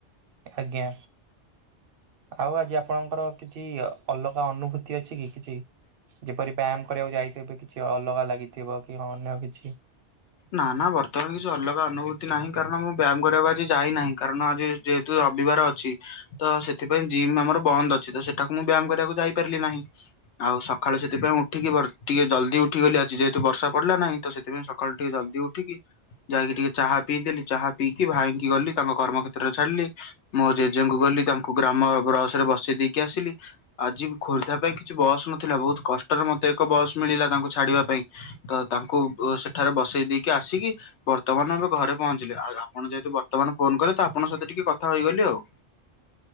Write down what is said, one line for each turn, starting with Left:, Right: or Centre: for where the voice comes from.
Right: ଆଜ୍ଞା। ଆଉ ଆଜି ଆପଣଙ୍କର କିଛି ଅଲଗା ଅନୁଭୂତି ଅଛି କି କିଛି? ଯେପରି ବ୍ୟାୟାମ କରିବାକୁ ଯାଇଥିବେ କିଛି ଅଲଗା ଲାଗିଥିବ କି ଅନ୍ୟ କିଛି
Left: ନା ନା ବର୍ତ୍ତମାନ କିଛି ଅଲଗା ଅନୁଭୂତି ନାହିଁ କାରଣ ମୁଁ ବ୍ୟାୟାମ କରିବାକୁ ଆଜି ଯାଇନାହିଁ କାରଣ ଆଜି ରବିବାର ଅଛି ତ ସେଥିପାଇଁ ଜିମ୍ ଆମର ବନ୍ଦ ଅଛି ତ ସେଠାକୁ ମୁଁ ବ୍ୟାୟାମ କରିବାକୁ ଯାଇ ପାରିଲି ନାହିଁ। ଆଉ ସକାଳୁ ସେଥିପାଇଁ ଉଠିକି ଟିକେ ଜଲ୍ଦି ଉଠିଗଲି ଆଜି ଯେହେତୁ ବର୍ଷା ପଡିଲା ନାହିଁ ତ ସେଥିପାଇଁ ଜଲଦି ଉଠିିକି ଯାଇକି ଟିକେ ଚାହା ପିଇଦେଲି ଚାହା ପିଇକି ଭାଇଙ୍କି ଗଲି ତାଙ୍କ କର୍ମକ୍ଷେତ୍ରରେ ଛାଡିଲି। ମୋ ଜେଜେଙ୍କୁ ଗଲି ତାଙ୍କୁ ଗ୍ରାମ ବସ ରେ ବସେଇ ଦେଇକି ଆସିଲି। ଆଜି ଖୋର୍ଦ୍ଧା ପାଇଁ କିଛି ବସ୍ ନଥିଲା ବହୁତ କଷ୍ଟରେ ମତେ ଏକ ବସ୍ ମିଳିଲା ତାଙ୍କୁ ଛାଡିବା ପାଇଁ। ତ ତାଙ୍କୁ ସେଠାରେ ବସେଇ ଦେଇକି ଆସିକି ବର୍ତ୍ତମାନ ଏବେ ଘରେ ପହଞ୍ଚିଲେ ଆଉ ଆପଣ ଯେହେତୁ ବର୍ତ୍ତମାନ ଫୋନ କଲେ ତ ଆପଣଙ୍କ ସହିତ ଟିକେ କଥା ହେଇଗଲି ଆଉ।